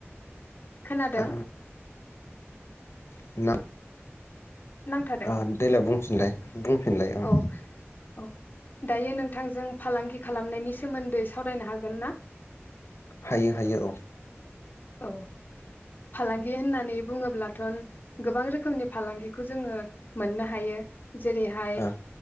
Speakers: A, on the left; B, on the left.
A: खोनादों
B: ओ <inaudible>
A: नांथादों
B: ओ देलाय बुंफिनलाय बुंफिनलाय उम
A: औ औ दायो नोंथांजों फालांगि खालामनायनि सोमोन्दै सावरायनो हागोन ना?
B: हायो हायो औ
A: औ फालांगि होननानै बुङोब्लाथ' गोबां रोखोमनि फालांगिखौ जोङो मोननो हायो। जेरैहाय
B: ओं